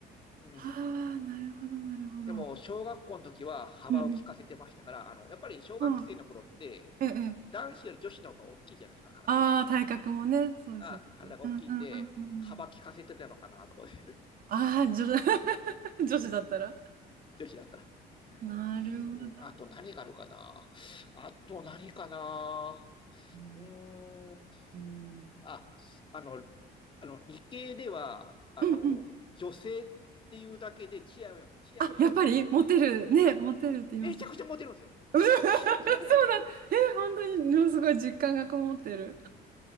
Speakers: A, on the left; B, on the right.
A: うん。
B: ああ、なるほど、なるほど。
A: でも、小学校の時は幅を利かせてましたから、
B: うんうん。
A: あの、やっぱり小学生の頃って、
B: うんええ。ええ
A: 男子より女子の方が大きいじゃないですか、体が。
B: ああ、体格もね、そうですよね。
A: ああ、体が大きいんで、
B: うんうんうんうんうん。
A: 幅利かせてたのかな、とかで。
B: ああ、女、<laughs>
A: <laughs>
B: 女子だったら。
A: 女子だったら。
B: なるほどね。
A: うん、あと何があるかな。あと何かな。
B: うん、
A: うーん。
B: うん、
A: あ、あの、あの、理系では、あの、
B: うんうん
A: 女性っていうだけでチヤ、チヤホヤしてくれるんですよ。
B: あ、やっぱりモテる、ね、
A: はい。
B: モテるって言います。
A: めちゃくちゃモテるんですよ。
B: うん <laughs>
A: だから、
B: そうだ。
A: 信じられないぐらい。
B: え、本当に、ものすごい実感がこもってる。